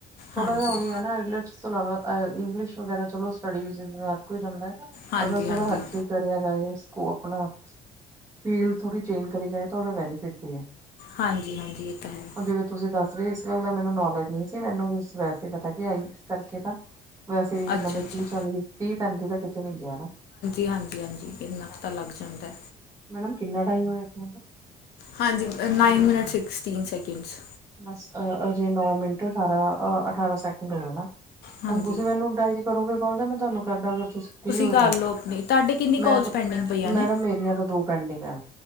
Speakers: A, on the right; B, on the left.
A: ਥੋੜਾ
B: ਹਾਂਜੀ
A: ਜਹਾ ਉਹੀ ਹੈ ਨਾ ਆਈੈਲੈਟਸ ਇਸ ਤੋਂ ਇਲਾਵਾ ਇੰਗਲਿਸ਼ ਵਗੈਰਾ ਚਲੋ ਸਟੱਡੀ ਵਿੱਚ ਹਰ ਕੋਈ ਜਾਂਦਾ ਹੈ
B: ਹਾਂਜੀ
A: ਅਗਰ
B: ਹਾਂਜੀ
A: ਥੋੜਾ ਹਟਕੇ ਕਰਿਆ ਜਾਏ ਇਸ ਕੋ ਆਪਣਾ ਫੀਲਡ ਥੋੜੀ ਚੇਂਜ ਕਰੀ ਜਾਏ ਤਾਂ ਉਹਦਾ ਬੈਨੀਫਿਟ ਵੀ ਹੈ
B: ਹਾਂਜੀ ਹਾਂਜੀ ਇਹ ਤਾਂ ਹੈ
A: ਹੁਣ ਜਿਵੇਂ ਤੁਸੀਂ ਦੱਸ ਰਹੇ ਇਸ ਗੱਲ ਦਾ ਮੈਨੂੰ ਨੌਲੇਜ ਨਹੀਂ ਸੀ ਮੈਨੂੰ ਵੈਸੇ ਪਤਾ ਕਿ ਹੈ ਇਸ ਕਰਕੇ ਤਾਂ ਵੈਸੇ
B: ਅੱਛਾ
A: ਮਤਲਬ
B: ਅੱਛਾ
A: ਤੀਹ ਚਾਲੀ ਤੀਹ ਪੈਂਤੀ ਦਾ ਕਿਤੇ ਨ ਗਿਆ ਨਾ
B: ਹਾਂਜੀ ਹਾਂਜੀ ਇੰਨਾ ਕੁ ਤਾ ਲੱਗ ਜਾਂਦਾ
A: ਮੈਮ ਕਿੰਨੇ ਟਾਈਮ ਹੋਇਆ ਮਿੰ
B: ਹਾਂਜੀ ਨਾਈਨ ਮਿੰਨਟ ਸਿਕਸਟੀਨ ਸੈਕਿੰਡਸ
A: ਬਸ ਅ ਹਜੇ ਨੋ ਮਿੰਟ ਅਠਾਰਾਂ ਅਠਾਰਾਂ ਸੈਕਿੰਡ ਹੋਏ ਨਾ
B: ਹਾਂਜੀ
A: ਹੁਣ ਤੁਸੀਂ ਮੈਨੂੰ ਡਾਇਰੀ ਕਰੋਗੇ ਕਲ ਜਾਂ ਮੈਂ ਤੁਹਾਨੂੰ ਕਰਦਾ ਅਗਰ ਤੁਸੀਂ ਫਰੀ ਹੋਏ
B: ਕਰ
A: ਤਾਂ
B: ਲਓ ਆਪਣੀ ਤੁਹਾਡੇ ਕਿੰਨੀ
A: ਮੈਂ
B: ਕੋਲਸ
A: ਤਾਂ
B: ਪੈਂਡਿੰਗ ਪਈਆਂ ਨੇ
A: ਮੈਡਮ ਮੇਰੀਆਂ ਤਾਂ ਦੋ ਪੈਂਡਿੰਗ ਐ